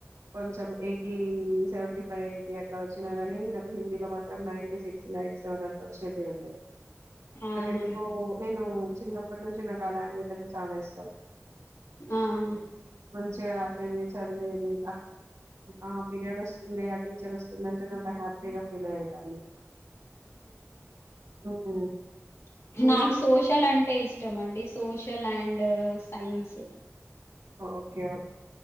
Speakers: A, on the right; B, on the left.
A: కొంచెం eighty seventy five eighty అట్లా వచ్చినా కానీ నా హిందీ లో మాత్రం నైన్టీ సిక్స్ నైన్టీ సెవెన్ అ వచ్చేటి అండి
B: ఆహా
A: నాకు ఎందుకో నేను చిన్నప్పటి నుంచి నాకా లాంగ్వేజ్ అంటే చాలా ఇష్టం
B: ఆహ
A: మంచిగా రాసేది చదివేది ఆ పీరియడ్ వస్తుంది ఆ టీచర్ వస్తుంది అంటే నాకు హ్యాపీ తెగ ఫీల్ అయ్యేదాన్ని హ్మ్. మీది?
B: నాకు సోషల్ అంటే ఇష్ ఇష్టం అండి సోషల్ అండ్ సైన్స్
A: ఓకే ఓ